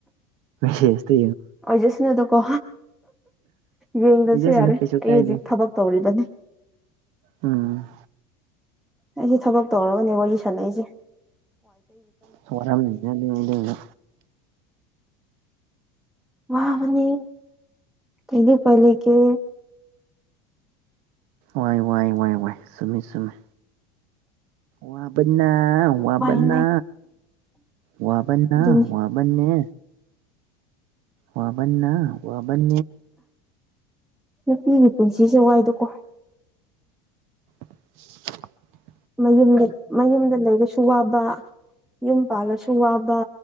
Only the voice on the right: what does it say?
ꯁꯦꯁ
ꯍꯥꯏꯖꯁꯅꯨ
ꯀꯩꯁꯨ
ꯀꯥꯏꯗꯦ
ꯎꯝ
ꯁꯣꯔꯥ ꯃꯅ ꯂꯩꯗ
ꯋꯥꯏ ꯋꯥꯏ ꯋꯥꯏ ꯋꯥꯏ ꯁꯨꯝꯃꯤ ꯁꯨꯝꯃꯤ ꯋꯥꯕꯟꯅ ꯋꯥꯕꯟꯅ
ꯋꯥꯕꯅ
ꯋꯥꯕꯟꯦ ꯋꯥꯕꯟ ꯋꯥꯕꯟ
<unintelligible>